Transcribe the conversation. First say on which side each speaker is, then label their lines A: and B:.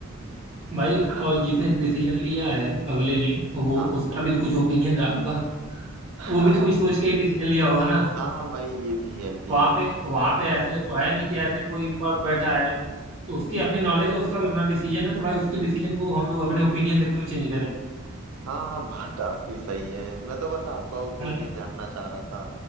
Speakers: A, on the right (about 30°); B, on the right (about 75°).
A: भाई
B: हाँ
A: और जिसने डिसीजन लिया है अगले ने वो
B: हाँ
A: उसका भी तो कुछ ओपिनियन रहा होगा
B: <laughs>
A: वो भी तो कुछ सोच के ही डिसीजन लिया होगा ना
B: हाँ भाई ये भी है कि
A: वहां पे वहां पे ऐसे तो है नहीं कि ऐसे कोई प- बैठा है तो उसकी अपनी नॉलेज है उसका भी अपना डिसीजन है तो भाई उसके डिसीजन को हम लोग अपने ओपिनियन से क्यों चेंज करें
B: हाँ हाँ, बात आपकी सही है मैं तो बस आपका ओपिनियन
A: है
B: जानना चाह रहा था